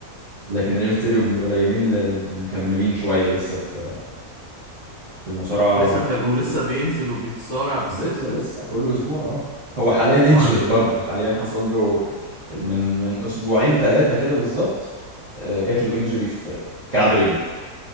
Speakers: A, on the right (about 40°); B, on the left (about 50°).
A: لكن ري ميستيريو من القليلين اللي اللي مكملين شويه لسه في في المصارعه
B: لسه
A: رغم
B: مكمل
A: سنه
B: ولسه بينزل وبيتصارع بالسن
A: لسه
B: ده
A: لسه كل اسبوع اه هو حاليا انجورد
B: وعن
A: برضه حاليا حصل له من من اسبوعين ثلاثه كده بالظبط آه، جات له انجري في في كعب رجله